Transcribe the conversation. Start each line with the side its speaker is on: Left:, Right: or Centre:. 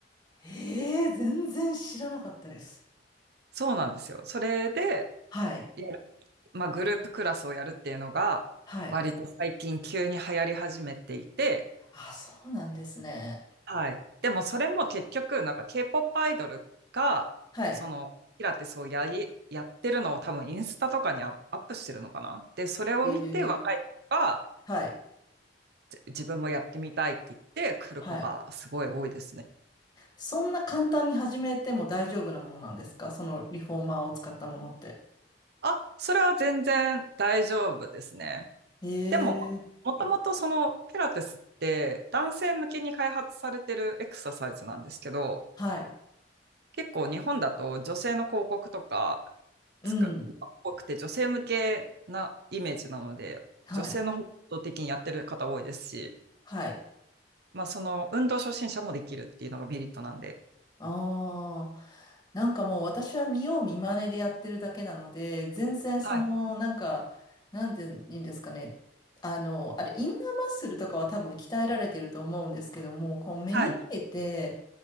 Left: ええ全然知らなかったです。
Right: そうなんですよ。それで、
Left: はい。
Right: やるまあ、グループクラスをやるっていうのが、
Left: はい。
Right: 割と最近急に流行り始めていて、
Left: あ、そうなんですね。
Right: はい。でもそれも結局、なんか K-POP アイドルが、
Left: はい。
Right: その、ピラティスをやり、やってるのを多分インスタとかにアッアップしてるのかな。で、それを見て若い子が、
Left: ええはい。
Right: じ自分もやってみたいって言って来る子がすごい多いですね。
Left: はい。そんな簡単に始めても大丈夫なものなんですかそのリフォーマーを使ったものって。
Right: あ、それは全然大丈夫ですね。
Left: へ
Right: でも、ももともとそのピラティスって男性向けに開発されてるエクササイズなんですけど、
Left: え。はい。
Right: 結構日本だと女性の広告とか、
Left: うん。
Right: つか多くて、女性向けなイメージなので、
Left: はい。
Right: 女性の方向的にやってる方多いですし、
Left: はい。
Right: まあ、その運動初心者もできるっていうのがメリットなんで。
Left: ああ。なんかもう私は見よう見まねでやってるだけなので、全然その、
Right: はい。
Left: なんか、なんて言うんですかね。あの、あれ、インナーマッスルとかは多分鍛えられてると思うんですけども、こう目に見えて、
Right: はい。